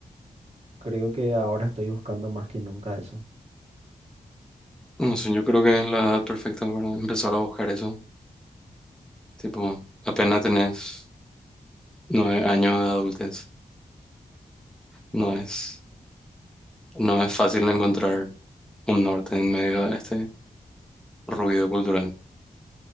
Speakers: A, on the right; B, in the centre.
A: creo que ahora estoy buscando más que nunca eso.
B: No sé, yo creo que es la edad perfecta para empezar a buscar eso. Tipo, apenas tenés nueve años de adultez, no es, no es fácil encontrar un norte en medio de este ruido cultural.